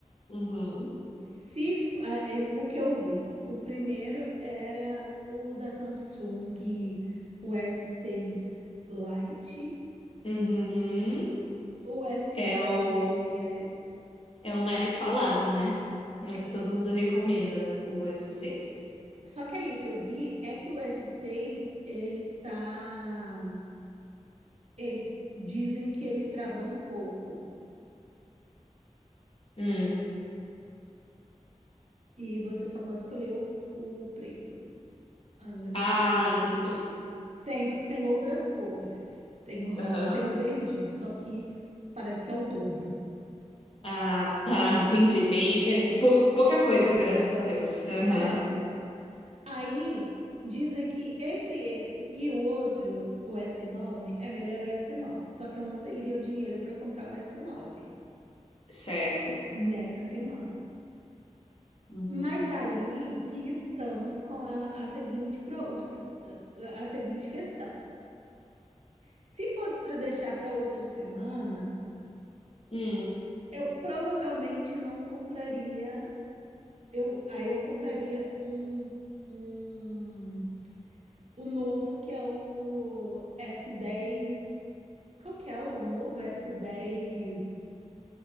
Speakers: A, on the left; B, on the right.
A: Uhum.
B: Se, f- ah, eh, o que eu vi, o primeiro era o da Samsung, o S6 Lite,
A: Uhum.
B: o S9
A: É o,
B: FE,
A: é o mais falado, né? É
B: é.
A: o que todo mundo recomenda, o s seis
B: Só que aí o que eu vi é que o S6, ele tá, ele dizem que ele trava um pouco
A: Hum.
B: e você só pode escolher o, o preto. Ah, Na verdade,
A: Ah,
B: sim, você
A: entendi.
B: pode ter. Tem, tem outras cores. Tem o rosa
A: Aham.
B: e tem o verdinho, só que parece que é o dobro.
A: Ah, tá, <laughs> entendi. Bem, bem- pou- pouca coisa, graças a Deus. Aham.
B: é Aí dizem que entre esse e o outro, o S9, é melhor o S9. Só que eu não teria o dinheiro para comprar um S9
A: Certo.
B: nessa semana.
A: Uhum.
B: Mas aí que estamos com a, a seguinte pro- o se- a seguinte questão. Se fosse para deixar para outra semana,
A: Hum.
B: eu provavelmente não compraria. Eu, aí eu compraria um, um O novo, que é o S10. Qual que é o novo? S10